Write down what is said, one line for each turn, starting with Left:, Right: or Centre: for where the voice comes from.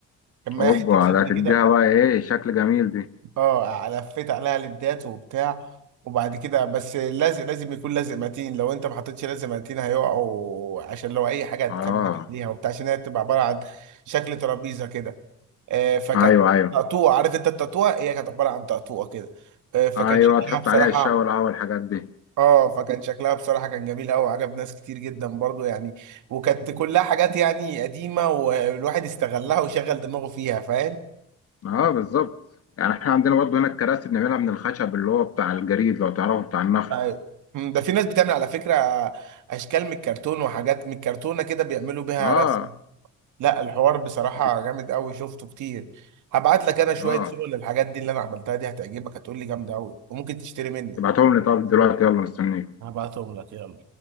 Right: كان معايا
Left: اوبا
Right: حتة ليد
Left: ده هتديها
Right: كده
Left: بقى ايه شكل جميل دي
Right: اه لفيت عليها ليدات وبتاع وبعد كده بس لازم لازم يكون لازق متين لو انت ما حطيتش لازق متين هيقعوا عشان لو اي حاجة هتكبت
Left: اه
Right: عليها وبتاع عشان هي بتبقى عبارة عن شكل ترابيزة كده آه فكانت
Left: ايوه ايوه
Right: تقطوع عارف انت التقطوع هي كانت عبارة عن تقطوع كده آه، فكان
Left: ايوه
Right: شكلها
Left: تحط
Right: بصراحة
Left: عليها الشاي والقهوه والحاجات دي
Right: اه فكان شكلها بصراحة كان جميل قوي عجب ناس كتير جدا برضو يعني وكانت كلها حاجات يعني قديمة والواحد استغلها وشغل دماغه فيها فاهم
Left: اه بالظبط يعني احنا عندنا برضه هنا الكراسي بنعملها من الخشب اللي هو بتاع الجريد لو تعرفه بتاع النخل
Right: أيوة. مم، ده في ناس بتعمل على فكرة اشكال من الكرتون وحاجات من الكرتونة كده بيعملوا بيها
Left: اه
Right: رسم لا الحوار بصراحة
Left: بت-
Right: جامد قوي شفته كتير هبعت لك انا شوية
Left: اه
Right: صور للحاجات دي اللي انا عملتها دي هتعجبك هتقول لي جامدة قوي وممكن تشتري مني
Left: تبعتهم لي طب دلوقتي يلا مستنيك
Right: هبعتهم لك يلا